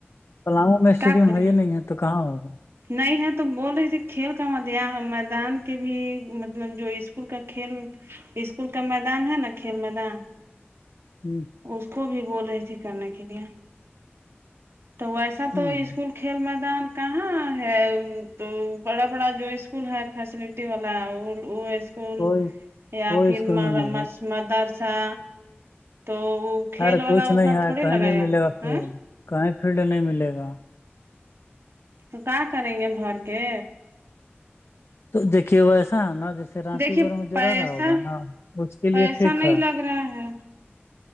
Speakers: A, on the left (about 70°); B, on the right (about 70°).
A: پلاؤں میں اسٹیڈیم
B: کیا کرے
A: ہے یہ نہیں ہے تو کہاں ہوگا
B: نہیں ہے تو بول رہی تھی کھیل کا مد میدان کے بھی مطلب جو اسکول کا کھیل اسکول کا میدان ہے نا کھیل میدان
A: <unintelligible>
B: اس کو بھی بول رہی تھی کرنے کے لیے تو ویسا
A: ہوں،
B: تو اسکول کھیل میدان کہاں ہے تو بڑا بڑا جو اسکول ہے فیسلٹی والا وہ کول
A: کوئی
B: یا
A: کوئی
B: پھر
A: اسکول میں نہیں ہے
B: مدرسہ تو کھیل
A: یارے
B: والا
A: کچھ
B: اتنا
A: نہیں ہے
B: تھوڑی
A: کہیں
B: لگایا
A: نہیں ملے گا فیلڈ
B: ہے
A: کہیں فیلڈ نہیں ملے گا
B: تو کیا کریں گے بھر کے
A: تو دیکھیے وہا ایسا ہے نا جیسے رانچی
B: دیکھیے
A: وغیرہ میں جو
B: پیسہ
A: رہ رہا ہوگا نا اس کے لیے
B: پیسہ
A: ٹھیک
B: نہیں
A: ہے
B: لگ رہا ہے